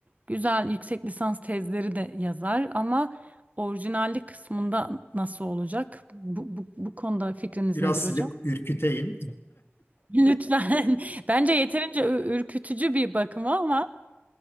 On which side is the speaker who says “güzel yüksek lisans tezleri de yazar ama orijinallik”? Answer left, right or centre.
Right